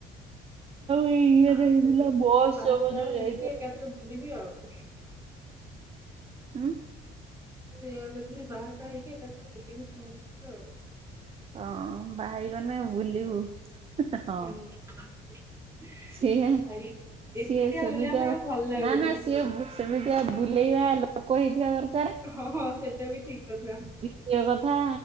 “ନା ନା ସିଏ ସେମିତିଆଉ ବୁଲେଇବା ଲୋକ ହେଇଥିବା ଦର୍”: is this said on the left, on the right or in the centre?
Right